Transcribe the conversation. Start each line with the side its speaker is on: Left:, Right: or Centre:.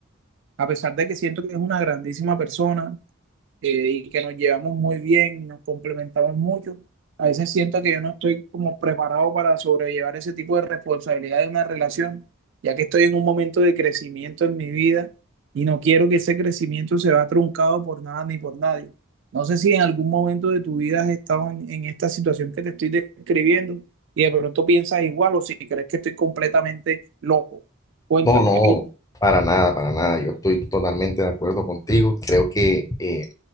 Right: a pesar de que siento que es una grandísima persona, eh, y que nos llevamos muy bien, nos complementamos mucho. A veces siento que yo no estoy como preparado para sobrellevar ese tipo de responsabilidad de una relación, ya que estoy en un momento de crecimiento en mi vida y no quiero que ese crecimiento se vea truncado por nada ni por nadie. No sé si en algún momento de tu vida has estado en, en esta situación que te estoy describiendo y de pronto piensas igual o si crees que estoy completamente loco. Cuéntame,
Left: No, no,
Right: qué piensas.
Left: para nada, para nada. Yo estoy totalmente de acuerdo contigo. Creo que... eh,